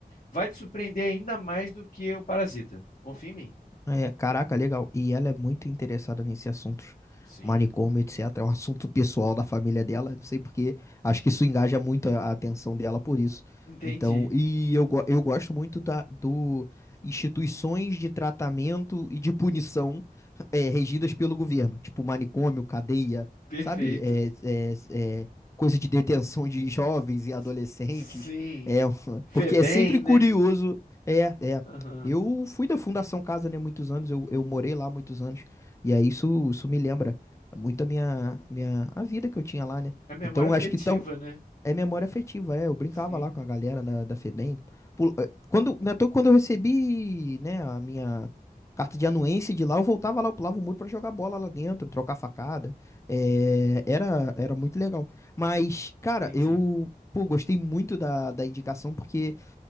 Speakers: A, on the left; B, on the left.
A: vai te surpreender ainda mais do que o Parasita. Confia em mim.
B: É, caraca, legal. E ela é muito interessada nesse assunto,
A: Sim,
B: manicômio, etc. É um assunto pessoal da família dela. Não sei porque, acho que isso engaja muito a a atenção dela por isso.
A: entendi.
B: Então, e eu, go- eu gosto muito da, do instituições de tratamento e de punição é, regidas pelo governo, tipo manicômio, cadeia,
A: Perfeito.
B: sabe? É, é- é coisa de detenção de jovens e adolescentes.
A: S- Sim.
B: É, <laughs>
A: Febem,
B: porque é sempre curioso.
A: né?
B: É, é.
A: Aham.
B: Eu fui da Fundação Casa, né, muitos anos, eu, eu morei lá muitos anos, e aí isso, isso me lembra muito a minha, minha, a vida que eu tinha lá, né?
A: É memória
B: Então,
A: afetiva,
B: eu acho que tal,
A: né?
B: é memória afetiva, é, eu brincava
A: Sim,
B: lá com a galera da, da FEBEM. Pul- eh, Quando, né, tô- quando eu recebi, né, a minha carta de anuência de lá, eu voltava lá, eu pulava o muro pra jogar bola lá dentro, trocar facada, eh, era, era muito legal. Mas, cara,
A: entendi.
B: eu, pô, gostei muito da, da indicação, porque...